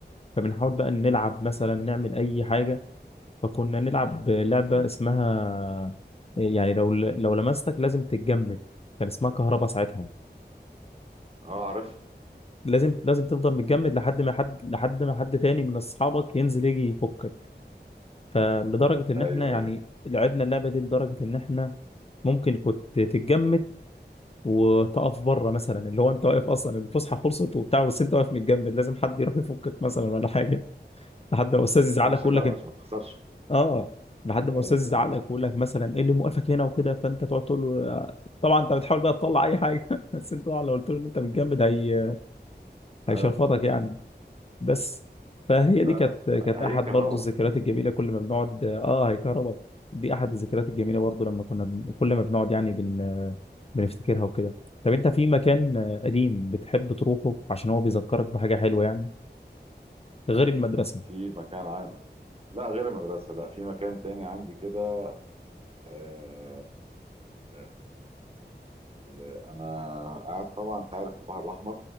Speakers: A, on the left; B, on the right.
A: فبنحاول بقى نلعب مثلا نعمل اي حاجه فكنا نلعب لعبة
B: مم.
A: اسمها يعني لو لو لمستك لازم تتجمد كان اسمها كهربا ساعتها
B: اه عارف
A: لازم لازم تفضل متجمد لحد ما حد لحد ما حد تاني من اصحابك ينزل يجي يفكك فلدرجة ان
B: ايوه
A: احنا يعني
B: ايوه
A: لعبنا اللعبة دي لدرجة ان احنا ممكن كنت تتجمد وتقف بره مثلا اللي هو انت واقف اصلا الفسحة خلصت وبتاع بس انت واقف متجمد لازم حد يروح يفكك مثلا ولا حاجة لحد ما الاستاذ يزعلك
B: وانا عشان
A: يقول
B: لعبه
A: لك
B: عشان ما تخسرش
A: اه لحد ما الاستاذ
B: ايوه
A: يزعق
B: ايوه
A: لك ويقول لك مثلا ايه اللي موقفك هنا وكده فانت تقعد تقول له طبعا انت بتحاول بقى تطلع اي حاجه <laughs> بس انت طبعا لو قلت له ان انت متجمد هي هيشرفطك
B: آه
A: يعني بس فهي
B: لا
A: دي كانت كانت
B: هي
A: احد
B: كهرباء
A: برضو الذكريات الجميله كل ما بنقعد اه هيكهرباء دي احد الذكريات الجميله برضو لما كنا بن- كل ما بنقعد يعني بن بنفتكرها وكده طب انت في مكان قديم بتحب تروحه عشان هو بيذكرك بحاجه حلوه يعني غير المدرسه
B: في مكان عن... لا غير المدرسه لا في مكان تاني عندي كده آه، آه، انا قاعد طبعا انت عارف البحر الاحمر